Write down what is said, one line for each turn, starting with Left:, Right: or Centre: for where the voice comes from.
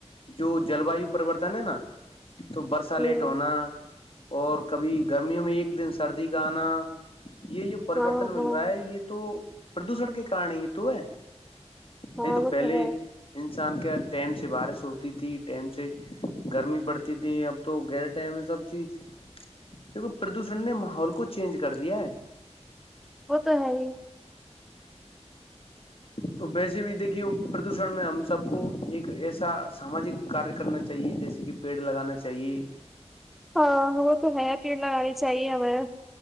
Left: جو جل واو پرریوررتن ہے نا تو برسا لیٹ
Centre: ہوں
Left: ہونا اور کبھی گرمیوں میں ایک دن سردی کا آنا یہ جو پریوررتن
Centre: ہاں
Left: مل
Centre: ہاں
Left: یہ تو پردوشن کے کارنے یہ تو ہے نہیں
Centre: ہاں
Left: تو پہلے
Centre: وہ ہے
Left: انسان کے ٹائم سے بار س ہو تی تھی ٹائم سے گرمی پڑتی تھی اب تو گہرے ٹائم ہے سب چیز کیک پردوشن نے ماحول کو چینج کر دیا ہے
Centre: وہ تو ہے ہی
Left: تو ویسے بھی دیکھیے پردوشن میں ہم سب کو ایک ایسا ساماجک کاریہ کرنا چاہیے جیسے کہ پیڑ لگانا چاہیے
Centre: ہاں وہ تو نیا پیڑ لگانی چاہیے ہمیں